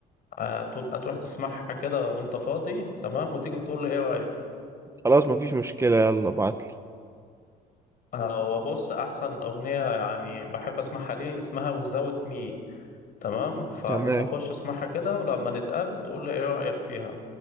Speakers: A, on the left (about 55°); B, on the right (about 15°).
A: آه، تبقى تروح تسمعها كده وأنت فاضي تمام وتيجي تقول لي إيه رأيك
B: خلاص مفيش مشكله يلا ابعتلي
A: آه، وبص أحسن أغنية يعني بحب أسمعها ليه اسمها وزاوت مي تمام فابقى
B: تمام
A: خش اسمعها كده ولما نتقابل تقول لي إيه رأيك فيها